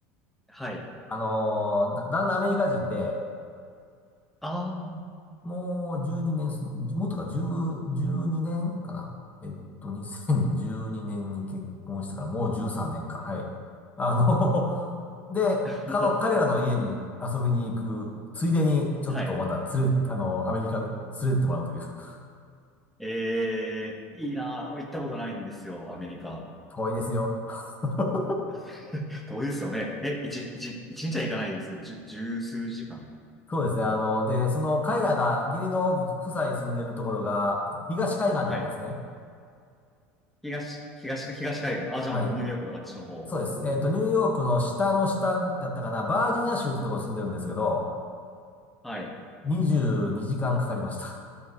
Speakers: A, in the centre; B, on the left.
A: はい。
B: あのーだ、旦那アメリカ人で、
A: あ
B: もう12年す、もっとか、10、12年かな。えっと、2012年にねんに結婚してからもう13年か。はい。あの <laughs> で、
A: あ。
B: 彼の彼らの家に遊びに行く、
A: <laughs>
B: ついでにちょっとまた連れ、
A: はい。
B: あの、アメリカ連れてってもらうという。<laughs>
A: えー、いいなぁ。行ったことないんですよ、アメリカ。
B: 遠いですよ。<laughs>
A: <laughs> 遠いですよね。え、一、一、一日は行かないんですけど、じゅ、十数時間。
B: そうですね。あの、で、その彼らが、義理の夫妻住んでるところが、東海岸なんですね。
A: はい。東、東か、東海岸。あ、じゃあもうニューヨークとかあっちの方。
B: はい。そうです。えっと、ニューヨークの下の下だったかな、バージニア州ってところに住んでるんですけど、
A: はい。
B: 22時間かんかかりました。